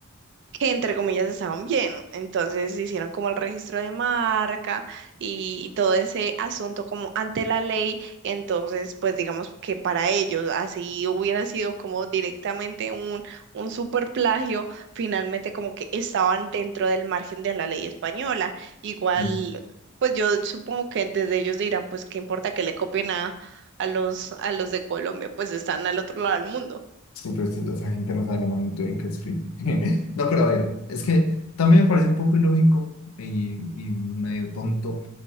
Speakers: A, on the right (about 55°); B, on the left (about 75°).
A: que entre comillas estaban bien. Entonces hicieron como el registro de marca y, y todo ese asunto como ante la ley. Entonces, pues digamos que para ellos así hubiera sido como directamente un, un super plagio, finalmente como que estaban dentro del margen de la ley española. Igual,
B: Sí, pues,
A: pues yo supongo que desde ellos dirán, pues qué importa que le copien a, a los, a los de Colombia, pues están al otro lado del mundo,
B: sí, pero es que esa gente no sabe la magnitud de lo que es Frisbee. <laughs> No, pero a ver, es que también me parece un poco ilógico y, y medio tonto